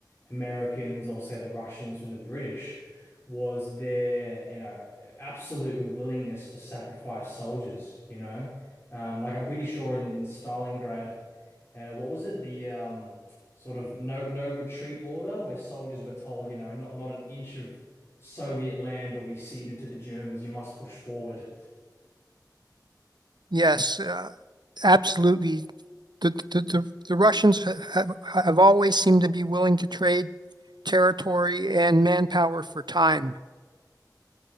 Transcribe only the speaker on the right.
Yes, uh, absolutely. The, the the the Russians ha- have have always seemed to be willing to trade territory and manpower for time.